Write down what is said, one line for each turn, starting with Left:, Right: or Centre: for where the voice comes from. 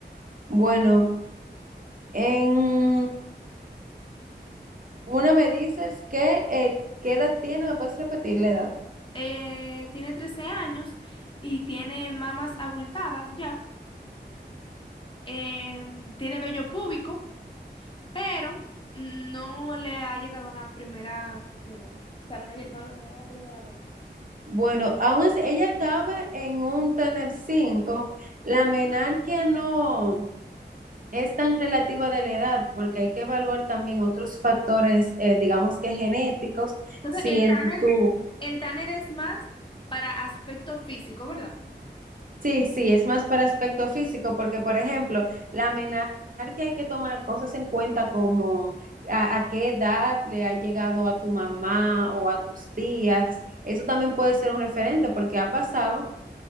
Right: Bueno, en una me dices que eh, qué edad tiene, ¿me puedes repetir la edad?
Left: Eh, tiene 13 años y tiene mamas abultadas ya, eh, tiene vello púbico, pero no le ha llegado la primera menarquia. O sea, no, le- no, no ha tenido la menarquia.
Right: Bueno, aún es- ella cabe en un tener 5. la menarquia no es tan relativa de la edad, porque hay que evaluar también otros factores, eh, digamos que genéticos,
Left: Entonces,
Right: si
Left: el
Right: en
Left: Tanner,
Right: tu,
Left: el Tanner es más para aspecto físico, ¿verdad?
Right: Sí, sí, es más para aspecto físico, porque por ejemplo, la menarquia hay que tomar cosas en cuenta como a, a qué edad le ha llegado a tu mamá o a tus tías. Eso también puede ser un referente, porque ha pasado